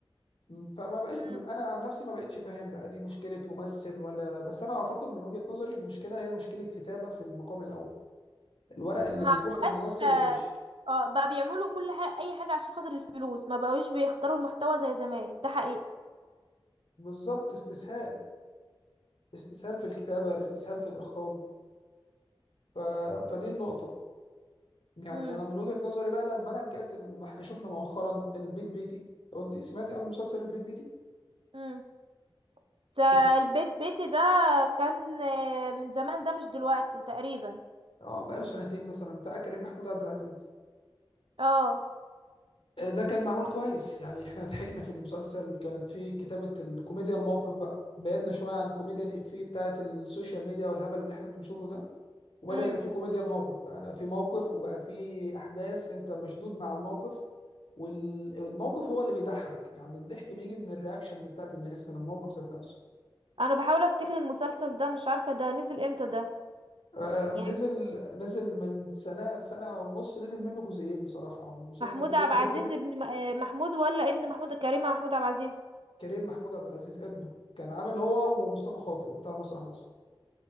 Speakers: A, on the left; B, on the right.
A: م، فما بقاش
B: مم.
A: انا عن نفسي ما بقتش فاهم بقى دي مشكله ممثل ولا بس انا اعتقد من وجهه نظري المشكله هي مشكله كتابه في المقام الاول الورق اللي
B: ما
A: بتروح
B: بقاش
A: للممثل
B: آه
A: وحش
B: آه، بقى بيعملوا كل حاجة اي حاجة عشان خاطر الفلوس ما بقوش بيختاروا المحتوى زي زمان ده حقيقة
A: بالظبط استسهال استسهال في الكتابة استسهال في الإخراج ف... فدي النقطة يعني
B: مم.
A: أنا من وجهة نظري بقى لما أنا رجعت ال- ما إحنا شفنا مؤخرا البيت بيتي لو أنت سمعتي عن مسلسل البيت بيتي
B: مم. بس البيت
A: شفتي
B: بيتي ده كان آه، من زمان ده مش دلوقتي تقريبا
A: أه بقى له سنتين مثلا بتاع كريم محمود عبد العزيز
B: اه
A: آه، ده كان معمول كويس يعني إحنا ضحكنا في المسلسل كانت فيه كتابة الكوميديا الموقف بقى بعدنا شوية عن كوميديا الإفيه بتاعة السوشيال ميديا والهبل اللي إحنا بنشوفه ده وبدأ
B: مم.
A: يبقى فيه كوميديا الموقف بقى في موقف وبقى فيه أحداث أنت مشدود مع الموقف وال- والموقف هو اللي بيضحك يعني الضحك بيجي من الرياكشنز بتاعت الناس من الموقف ذات نفسه
B: انا بحاول افتكر المسلسل ده مش عارفة ده نزل امتى ده
A: آه، نزل
B: يعني
A: نزل من سنة سنة ونص نزل منه جزئين بصراحة مسلسل
B: محمود
A: كويس
B: عبد العزيز
A: جدا
B: ابن م- آه، محمود ولا ابن محمود كريم محمود عبد العزيز
A: كريم محمود عبد العزيز ابنه كان عامل هو ومصطفى خاطر بتاع مسرح مصر